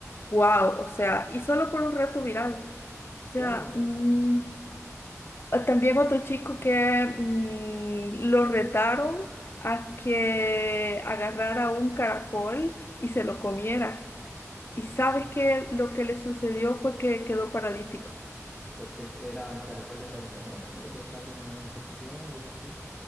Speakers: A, on the left; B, on the left.
A: Wow, o sea, y solo por un rato viral. O sea,
B: Claro, pues,
A: mm,
B: sí, sí.
A: Ah, También otro chico que mm, lo retaron a que agarrara un caracol y se lo comiera. Y sabes
B: Ay,
A: que lo que le sucedió fue que quedó paralítico.
B: porque el- era un caracol era venenoso o te estaba como una infección, algo así.